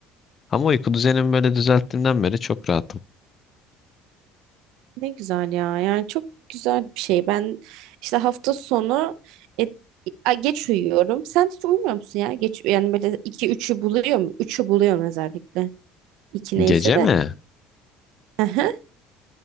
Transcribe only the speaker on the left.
Ama uyku düzenimi böyle düzelttiğimden beri çok rahatım.
Gece
mi?